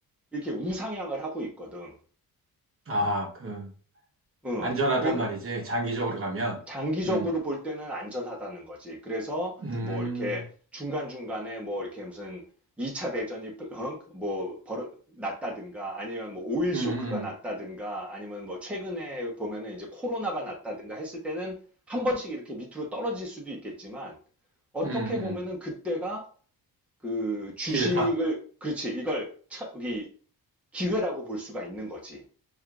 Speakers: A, in the centre; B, on the right.
A: 이렇게 우상향을 하고 있거든.
B: 아, 그,
A: 응.
B: 안전하단
A: 그러니까
B: 말이지. 장기적으로 가면.
A: 장기적으로
B: 음.
A: 볼 때는 안전하다는 거지. 그래서
B: 음.
A: 뭐 이렇게 중간중간에 뭐 이렇게 무슨 2차 대전이 어? 뭐 벌어- 났다든가 아니면 뭐 오일
B: 음.
A: 쇼크가 났다든가 아니면 뭐 최근에 보면은 이제 코로나가 났다든가 했을 때는 한 번씩 이렇게 밑으로 떨어질 수도 있겠지만 어떻게
B: 음. 음.
A: 보면은
B: 음.
A: 그때가 그 주식을
B: 기회다.
A: 그렇지 이걸 차, 이 기회라고 볼 수가 있는 거지.